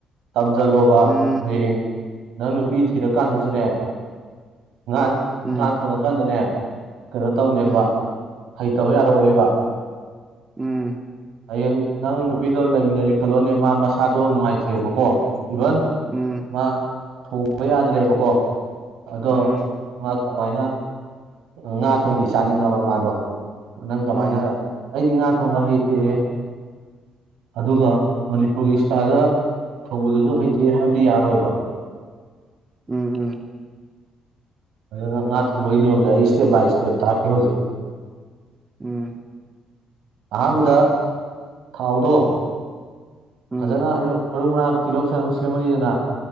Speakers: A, on the right; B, on the right.
A: ꯇꯝꯖꯜꯂꯣꯕ
B: ꯎꯝ
A: ꯍꯌꯦꯡ ꯅꯪ ꯅꯨꯄꯤ ꯊꯤꯔꯀꯥꯟꯗꯁꯨꯅꯦ ꯉꯥ
B: ꯎꯝ
A: ꯉꯥ ꯊꯣꯡꯉꯀꯥꯟꯗꯅꯦ ꯀꯩꯅꯣ ꯇꯧꯅꯦꯕ
B: ꯎꯝ
A: ꯍꯩꯇꯕ ꯌꯥꯔꯛꯑꯣꯏꯕ
B: ꯎꯝ
A: ꯍꯌꯦꯡ ꯅꯪ ꯅꯨꯄꯤꯗꯣ ꯂꯩꯃꯤꯟꯅꯔꯦ ꯈꯜꯂꯣꯅꯦ ꯃꯥ ꯃꯁꯥꯗꯣ ꯅꯨꯡꯉꯥꯏꯇ꯭ꯔꯦꯕꯀꯣ ꯏꯚꯟ
B: ꯎꯝ
A: ꯃꯥ ꯊꯣꯡꯕ ꯌꯥꯗ꯭ꯔꯦꯕꯀꯣ ꯑꯗꯣ
B: ꯎꯝ
A: ꯃꯥ ꯀꯃꯥꯏꯅ ꯉꯥ ꯊꯣꯡꯗꯤ ꯆꯥꯅꯤꯡꯉꯕ ꯃꯥꯗꯣ ꯅꯪ ꯀꯃꯥꯏꯅ
B: ꯎꯝ
A: ꯑꯩꯗꯤ ꯉꯥ ꯊꯣꯡꯕ ꯍꯩꯇꯦ ꯑꯗꯨꯒ ꯃꯅꯤꯄꯨꯔꯒꯤ ꯏꯁꯇꯥꯏꯜꯗ ꯊꯣꯡꯕꯗꯨꯁꯨ ꯍꯩꯇꯦ ꯍꯥꯏꯕꯗꯤ ꯌꯥꯔꯣꯏꯕ
B: ꯎꯝ ꯎꯝ
A: ꯑꯗꯨꯅ ꯉꯥ ꯊꯣꯡꯕꯒꯤ ꯅꯌꯣꯝꯖꯦ ꯑꯩ ꯏꯁꯇꯦꯞ ꯕꯥꯏ ꯏꯁꯇꯦꯞ ꯇꯥꯛꯀꯦ ꯍꯧꯖꯤꯛ
B: ꯎꯝ
A: ꯑꯍꯥꯟꯕꯗ ꯊꯥꯎꯗꯣ
B: ꯎꯝ
A: ꯐꯖꯅ ꯍꯩꯔꯣ ꯃꯔꯨ ꯃꯔꯥꯡ ꯇꯤꯜꯍꯧ ꯆꯅꯝ ꯁꯦꯝꯃꯅꯤꯗꯅ